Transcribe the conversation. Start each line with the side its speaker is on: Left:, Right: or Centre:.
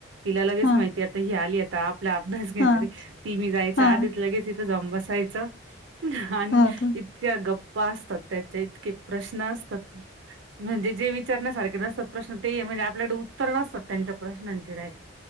Right: तिला लगेच
Left: हा
Right: माहिती आहे आता ही आली आता आप आपला अभ्यास घेणार
Left: हा
Right: रे ती मी जायच्या
Left: हा
Right: आधीच लगेच तिथं जाऊन बसायच आणि
Left: हो का
Right: इतक्या गप्पा असतात त्याच्या इतके प्रश्न असतात ना म्हणजे जे विचारण्यासारखे नसतात प्रश्न ते आहे म्हणजे आपल्याकडे उत्तर नसतात त्यांच्या प्रश्नांचे डायरेक्ट